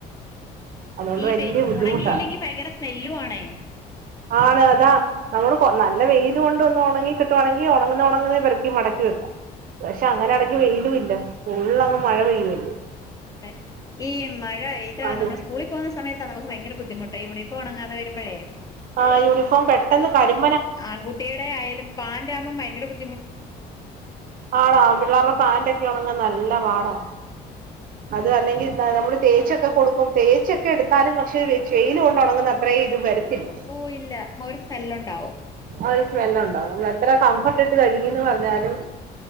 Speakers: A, on the right (about 55°); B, on the left (about 20°).
A: അതുകൊണ്ട്
B: ഈ
A: വലിയ ബുദ്ധിമുട്ടാ
B: ഉണങ്ങിയില്ലെങ്കി ഭയങ്കര സ്മെല്ലു ആണേ.
A: ആണ് അതാ നമ്മള് കൊ നല്ല വെയിലോണ്ട് ഒന്നു ഒണങ്ങി കിട്ടുവാണങ്കി ഒണങ്ങുന്ന ഒണങ്ങുന്ന പെറുക്കി മടക്കി <unintelligible> പക്ഷെ, അങ്ങനെ എടക്ക് വെയിലൂല്ല. ഫുള്ള് അങ്ങ്
B: ഉം
A: മഴ പെയ്യുവല്ലേ
B: അതെ ഈ മഴ ഇത്
A: അതും
B: നമ്മള് സ്കൂളിൽ പോണ് സമയത്താ നമ്മക്ക് ഭയങ്ക ബുദ്ധിമുട്ട് യൂണിഫോം ഒണങ്ങാതെ വരുമ്പൊഴേ
A: ആ യൂണിഫോം പെട്ടെന്ന് കരിം
B: ആൺകുട്ടീടെ ആയാലും പാന്റ് ആവുമ്പോ ഭയങ്കര ബു
A: ആടാ ആൺപിള്ളേരെ പാന്റ്യൊക്കെ ഒ ണങ്ങ നല്ല പാടാ
B: മ്അതെ
A: അത് അല്ലെങ്കിൽ നാ നമ്മള് തേച്ചൊക്കെ കൊടുക്കും തേച്ചൊക്കെ ടുത്താലും പക്ഷെ, <unintelligible> കൊണ്ട് ഒ ണങ്ങുന്ന അത്രേം ഇത് വരത്തില്ല.
B: ഓ ഇല്ല ഒരു സ്മെല്ലുണ്ടാവും
A: ആ ഒരു സ്മെല്ല്ണ്ടാവും മ്മള് എത്ര കംഫർട്ട് ഇട്ട് കഴികീന്ന് പറഞ്ഞാലും